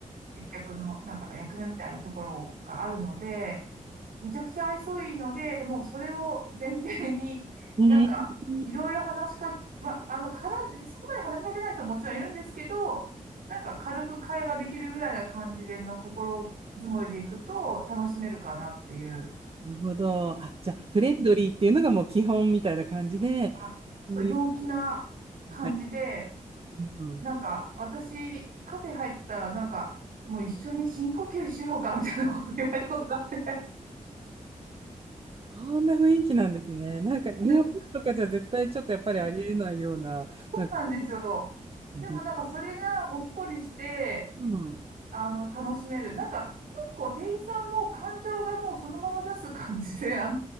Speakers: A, on the right; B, on the right.
A: 接客の、なんか役目みたいなところがあるので、めちゃくちゃ愛想いいので、もうそれを前提に、
B: うんうん
A: なんか、いろいろ話しか、ま、あの、話そこまで話しかけない人ももちろんいるんですけど、なんか軽く会話できるぐらいな感じでの心づもりでいくと楽しめるかなっていう。
B: なるほど。あ、じゃあ、フレンドリーっていうのがもう基本みたいな感じで、
A: あ、そう、
B: そういう、
A: 陽気な感じで、
B: はい。うん。
A: なんか、私、カフェ入ったら、なんか、もう一緒に深呼吸しようか、みたいなこと言われたことがあっ
B: こんな雰囲気なんですね。なんか、日本とかじゃ絶対ちょっとやっぱりありえないような、
A: たんですよ。そう
B: なんか、
A: なんですよ。
B: 感じの
A: でもなんか、それがほっこりして、
B: うん。
A: あの、楽しめる。なんか、結構店員さんも感情がもうそのまま出す感じで、あの、